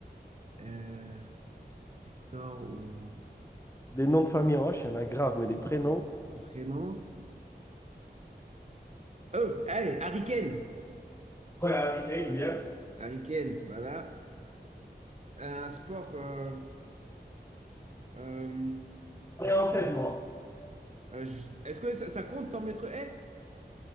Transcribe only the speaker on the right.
Euh, Hector ou.
Prénom. Oh, hey, Harry Kane.
Harry Kane, voilà. Un sport. euh, euh,
euh, je- Est-ce que ça, ça compte 100 mètres haies?